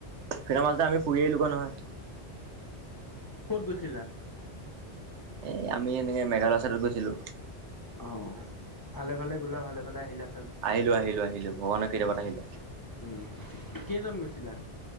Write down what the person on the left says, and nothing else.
ক'ত গৈছিলা?
অঁ ভালে ভালে গ'লা ভালে ভালে আহিলা।
উম
উম কেইজন গৈছিলা?